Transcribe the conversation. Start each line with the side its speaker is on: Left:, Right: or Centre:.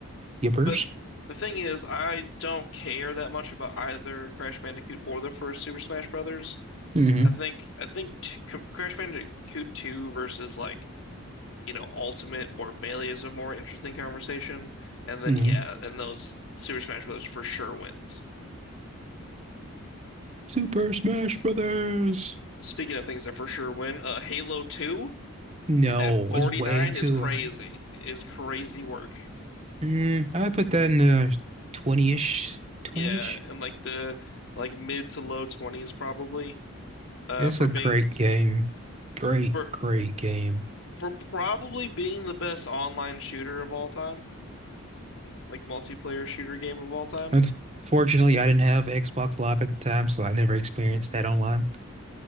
Right: Yippers.
Left: But the thing is, I don't care that much about either Crash Bandicoot or the first Super Smash Brothers.
Right: Mm-hmm.
Left: I think I think t C Crash Bandicoot 2 versus like, you know, Ultimate or Melee is a more interesting conversation. And then
Right: Mm-hmm.
Left: yeah, and those Super Smash Brothers for sure wins.
Right: Super Smash Brothers.
Left: Speaking of things that for sure win, uh Halo 2
Right: No,
Left: at 49
Right: it's way too.
Left: is crazy. Is crazy work.
Right: Mm, I put that in the 20-ish, 20-ish.
Left: Yeah, and like the like mid to low 20s probably uh
Right: It's
Left: for
Right: a great
Left: being
Right: game. Great,
Left: for
Right: great game.
Left: for probably being the best online shooter of all time, like multiplayer shooter game of all time.
Right: Unfortunately, I didn't have Xbox Live at the time, so I never experienced that online.